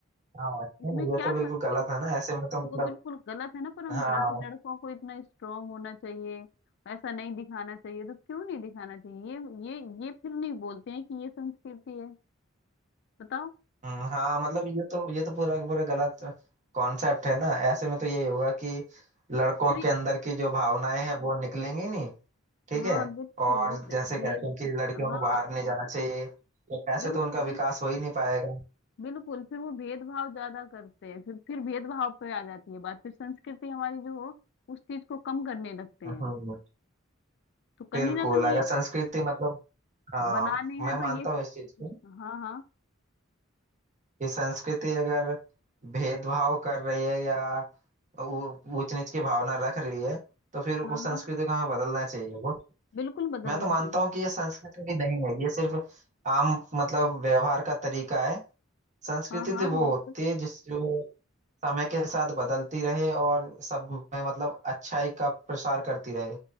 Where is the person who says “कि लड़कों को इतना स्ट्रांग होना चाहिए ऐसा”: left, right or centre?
Left